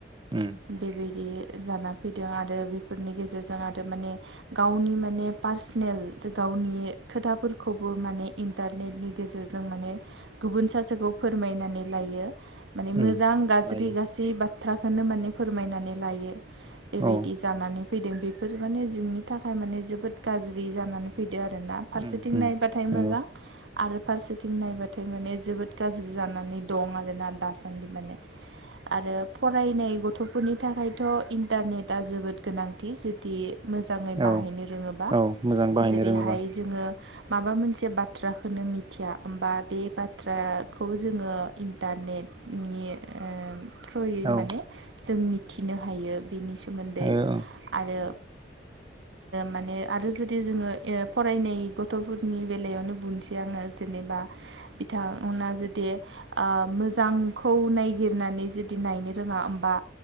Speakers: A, on the right; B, on the right.
A: उम
B: बेबायदि जाना फैदों आरो बेफोरनि गेजेरजों आरो माने गावनि माने पार्सेनेल गाव गावनि खोथाफोरखौबो माने इन्टारनेटनि गेजेरजों माने गुबुन सासेखौ फोरमायनानै लायो माने
A: उम
B: मोजां गाज्रि
A: लायो
B: गासै बाथ्राखौनो माने फोरमायनानै लायो। बेबायदि
A: औ
B: जानानै फैदों बेफोर माने जोंनि थाखाय माने जोबोद गाज्रि जानानै फैदों। बिदि आरोना फारसेथिं
A: उम उम
B: नायबाथाय
A: नंगौ
B: मोजां आरो फारसेथिं नायबाथाय माने जोबोद गाज्रि जानानै दं आरोना दासान्दि माने आरो फरायनाय गथ'फोरनि थाखायथ' इन्टारनेटआ जोबोद गोनांथि जुदि मोजाङै
A: औ
B: बाहायनो रोङोबा
A: औ मोजां बाहायनो
B: जेरैहाय
A: रोङोबा
B: जोङो माबा मोनसे बा थ्राखौनो मिथिया होमबा बे बाथ्राखौ जोङो इन्टारनेटनि ओ थ्रयै
A: औ
B: माने जों मिथिनो हायो बेनि सोमोन्दै
A: हायो औ
B: आरो माने आरो जुदि जोङो फरायनाय गथ'फोरनि बेलायावनो बुंनोसै आङो जेनेबा बिथांमोना जुदि ओ मोजांखौ नाय गिरनानै जुदि नायनो रोङा होमबा